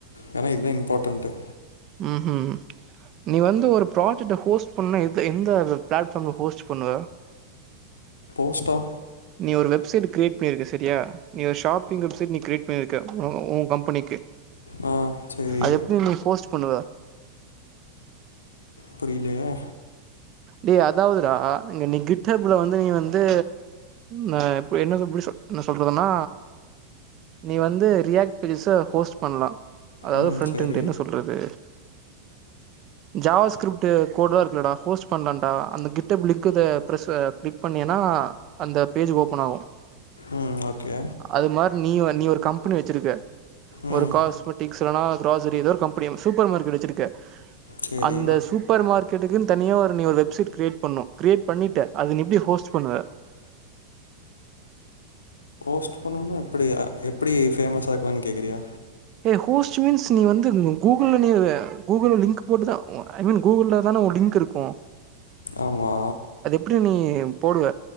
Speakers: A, on the left; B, on the right.
A: ஏன்னா இதுதா இம்பார்ட்டன்ட்டு
B: ம் ஹு நீ வந்து ஒரு ப்ராஜெக்ட ஹோஸ்ட் பண்ண எது எந்த பிளாட்ஃபார்ம்ல ஹோஸ்ட் பண்ணுவ
A: கஷ்ட
B: நீ ஒரு வெப்சைட் கிரியேட் பண்ணிருக்க சரியா நீ ஒரு ஷாப்பிங் வெப்சைட் நீ கிரியேட் பண்ணிருக்க உ உ கம்பெனிக்கு
A: ஆ சேரி
B: அது எப்டி நீ போஸ்ட் பண்ணுவ
A: புரிய்லியே
B: டே அதாவ்துடா இங்க நீ கிட்டப்ல வந்து நீ வந்து ந இப்ப என்ன எப்டி சொ என்ன சொல்றதுன்னா நீ வந்து ரியாக்ட் பேஜஸ ஹோஸ்ட் பண்லா அதாவ்து
A: ம்
B: ஃப்ரெண்ட்டுந்து
A: சேரி
B: என்ன சொல்றது ஜாவா ஸ்கிரிப்ட்ட் கோட்லா இருக்குல்லடா ஹோஸ்ட் பண்ணன்டா அந்த கிட்டப் லிங்க்கு த ப்ரஸ் அ க்ளிக் பண்ணனா அந்த பேஜ் ஓப்பன் ஆவு
A: ம் ஓகே
B: அது மாரி நீ வ நீ ஒரு கம்பெனி வெ ச்சிருக்க
A: ம்
B: ஒரு காஸ்மெட்டிக்ஸ் இல்லனா க்ராச ஏதோ ஒரு கம்பெனி சூப்பர் மார்கெட் வச்சிருக்க
A: சேரி
B: அந்த சூப்பர் மார்க்கெட்டுக்குன் தனியா ஒ நீ ஒரு வெப்சைட் க்ரியேட் பண்ணூ க்ரியேட் பண்ணிட்ட அத நீ எப்டி ஹோஸ்ட் பண்ணுவ
A: ஹோஸ்ட் பண்ணனுனா எப்டியா எப்டி ஃபேமஸ் ஆக்குவன் கேக்குறியா
B: ஹே ஹோஸ்ட் மீன்ஸ் நீ வந்து கூகுள் நீ கூகுள் லிங்க் போட்டுதா ஒ ஐ மீன் கூகுள்ல தான ஓ லிங்க் இருக்கு
A: ஆமா
B: ப்டி நீ போடுவ‌